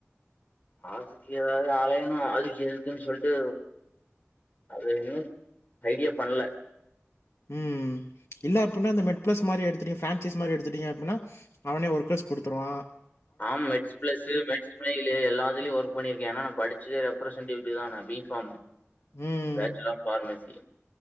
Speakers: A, on the left (about 35°); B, on the left (about 70°).
A: அதுக்கு ஏதாவ்து அலையணு அதுக்கு இருக்குன் சொல்ட்டு அது இன்னு ஐடியா பண்ல
B: ம் இல்ல அப்பின்னா இந்த மெட்பிளஸ் மாரி எடுத்துட்டீங்க பேன்சிஸ் மாரி எடுத்துட்டீங்க அப்பின்னா அவனே ஒர்க்கர்ஸ் குடுத்ருவா
A: ஆம் மெட்ஸ் பிளஸ் மெட்ஸ் மை திலு எல்லாத்லயு ஒர்க் பண்ணிருக்கே ஏனா நா படிச்சி ரெப்ரசென்டேடிவ் தா நா பி பாம்
B: ம்
A: பேச்சலர் ஆஃப் ஃபார்மசி